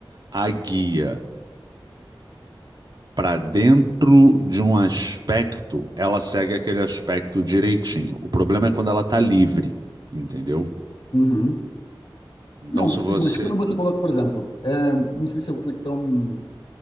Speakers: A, on the right; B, on the left.
A: a guia para dentro de um aspecto, ela segue aquele aspecto direitinho. O problema é quando ela está livre, entendeu?
B: Uhum.
A: Então,
B: Não,
A: se
B: sim,
A: você
B: mas quando você coloca, por exemplo, é, não sei se eu fui tão,